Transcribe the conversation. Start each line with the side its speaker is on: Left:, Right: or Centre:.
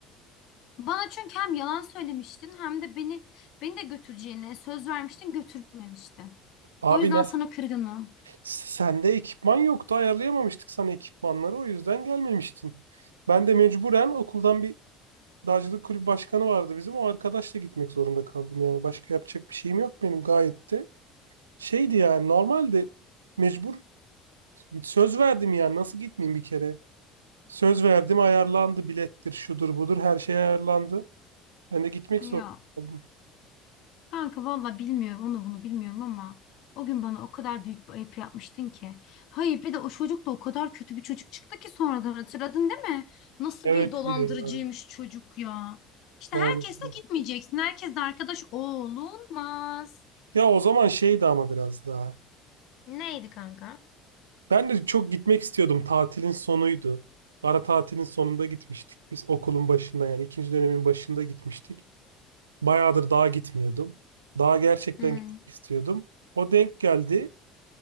Left: bana çünkü hem yalan söylemiştin hem de beni beni de götüreceğine söz vermiştin götürmemiştin.
Right: Abi
Left: O yüzden
Right: nasıl
Left: sana kırgınım.
Right: Sende ekipman yoktu, ayarlayamamıştık sana ekipmanları, o yüzden gelmemiştin. Ben de mecburen okuldan bir dağcılık kulübü başkanı vardı bizim, o arkadaşla gitmek zorunda kaldım yani. Başka yapacak bir şeyim yok benim gayet de. Şeydi yani normalde mecbur söz verdim yani nasıl gitmeyeyim bir kere. Söz verdim ayarlandı bilettir şudur budur her şey ayarlandı. Ben de gitmek
Left: Ya
Right: zorunda kaldım.
Left: kanka valla bilmiyorum onu bunu bilmiyorum ama o gün bana o kadar büyük bir ayıp yapmıştın ki. Hayır bir de o çocuk da o kadar kötü bir çocuk çıktı ki sonradan hatırladın değil mi? Nasıl
Right: Evet
Left: bir dolandırıcıymış
Right: diyor ya
Left: çocuk ya. İşte
Right: maalesef.
Left: herkesle gitmeyeceksin. Herkesle arkadaş olunmaz.
Right: Ya o zaman şeydi ama biraz daha.
Left: Neydi kanka?
Right: Ben de çok gitmek istiyordum. Tatilin sonuydu. Ara tatilin sonunda gitmiştik. Biz okulun başında yani ikinci dönemin başında gitmiştik. Bayağıdır dağa gitmiyordum. Dağa gerçekten
Left: Hmm.
Right: gitmek istiyordum. O denk geldi.